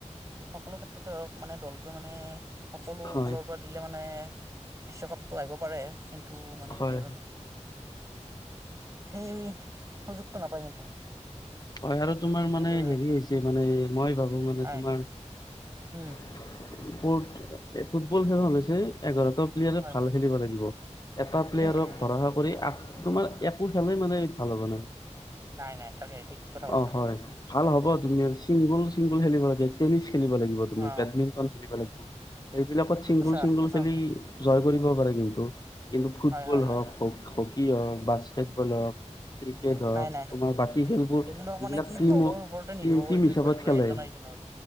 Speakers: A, on the right; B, on the left.
A: সকলো ক্ষেত্ৰতে হওঁক মানে দলটো মানে সকলো
B: হয়
A: ফালৰ পৰা <unintelligible> মানে বিশ্বকাপটো আহিব পাৰে কিন্তু মানে
B: হয়
A: কি আৰু সেই সুযোগটো নাপায় কিন্তু।
B: হয় আৰু তোমাৰ মানে
A: সেইটোৱে
B: হেৰি হৈছে মানে মই ভাবো মানে
A: হয়
B: তোমাৰ
A: উম।
B: <unintelligible> ফুটবল খেলখন হৈছে এঘাৰটা প্লেয়াৰে
A: হয়
B: ভাল খেলিব লাগিব। এটা প্লেয়াৰক
A: উম উম
B: ভৰসা
A: নিশ্চয়
B: কৰি তোমাৰ একো খেলে মানে ভাল হ'ব নাই।
A: নাই নাই, তাকে ঠিক কথা কৈছা
B: অ' হয় ভাল হ'ব তুমি, চিংগুল চিংগুল খেলিব লাগে টেনিছ খেলিব লাগিব তুমি
A: অ
B: বেডমিণ্ট <unintelligible> সেইবিলাকত চিংগুল
A: সঁচা
B: চিংগুল
A: সঁচা
B: খেলি
A: কথা
B: জয় কৰিব পাৰে কিন্তু কিন্তু ফুটবল
A: হয় হয় হয়
B: হওঁক,
A: হয়
B: হকী হওঁক বাস্কেট ফুটবল হওঁক, ক্ৰিকেট হওঁক
A: নাই নাই
B: তোমাৰ বাকী খেলবোৰ
A: এইবিলাক মানে
B: যিবিলাক
A: কি
B: টিম
A: দলৰ ওপৰতে নিৰ্ভৰ
B: টিম টিম
A: কৰি থাকিব
B: হিচাপত
A: লাগিব
B: খেলে
A: এজনৰ এজনৰ,